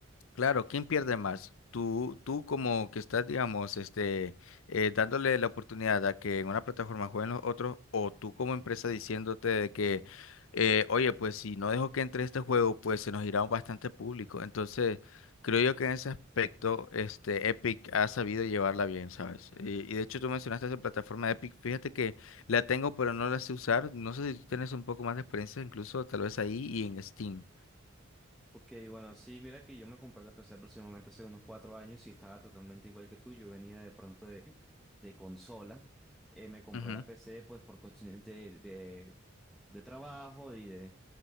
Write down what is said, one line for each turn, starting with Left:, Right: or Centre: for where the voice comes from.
Left: Claro, ¿quién pierde más? Tú, tú como que estás, digamos, este, eh, dándole la oportunidad a que en una plataforma jueguen los otros, o tú como empresa diciéndote de que, eh, oye, pues si no dejo que entre este juego, pues se nos irá bastante público. Entonces, creo yo que en ese aspecto, este, Epic ha sabido llevarla bien, ¿sabes? Y, y de hecho tú mencionaste esa plataforma de Epic, fíjate que la tengo, pero no la sé usar. No sé si tú tienes un poco más de experiencia, incluso tal vez ahí y en Steam.
Centre: Ok, bueno, sí, mira que yo me compré la PC aproximadamente hace unos cuatro años y estaba totalmente igual que tú. Yo venía de pronto de, de consola. Eh, me compré
Left: Ujú,
Centre: la PC pues por cuestiones de, de, de trabajo y de,